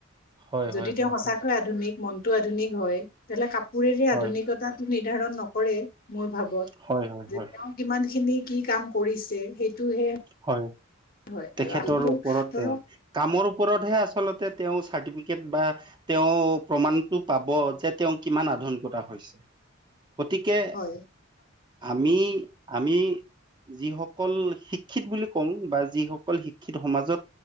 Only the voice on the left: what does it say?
যদি
তেওঁ সঁচাকে আধুনিক মনটো আধুনিক হয় তেনেহ'লে কাপোৰেৰে
আধুনিকতাটো নিৰ্ধাৰণ নকৰে মোৰ ভাৱত।
যে
তেওঁ কিমান খিনি কি কাম কৰিছে সেইটোহে
হয়
আৰু এইটো
ধৰক
হয়